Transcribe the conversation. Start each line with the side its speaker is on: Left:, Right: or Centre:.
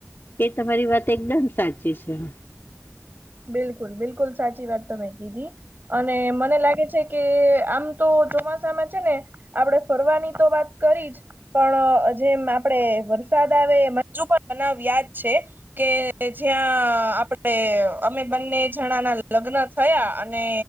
Left: એ તમારી વાત એકદમ સાચી છે.
Right: બિલકુલ બિલકુલ સાચી વાત તમેં કીધી. અને મને લાગે છે કે આમ તો ચોમાસામાં છે ને આપણે ફરવાની તો વાત કરી જ પણ જેમ આપણે વરસાદ આવે એ હજુ પણ બનાવ યાદ છે. કે જ્યાં આપણે અમે બંને જણા ના લગ્ન થયા અને